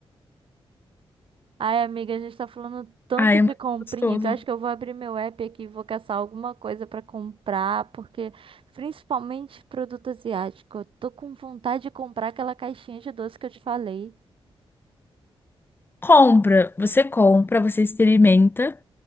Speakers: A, on the right; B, on the left.
A: Ai, amiga, a gente tá falando tanto
B: Ai, é muito
A: de comprinha
B: gostoso.
A: que eu acho que eu vou abrir meu app aqui e vou caçar alguma coisa pra comprar, porque principalmente produto asiático, eu tô com vontade de comprar aquela caixinha de doce que eu te falei.
B: Compra, você compra, você experimenta.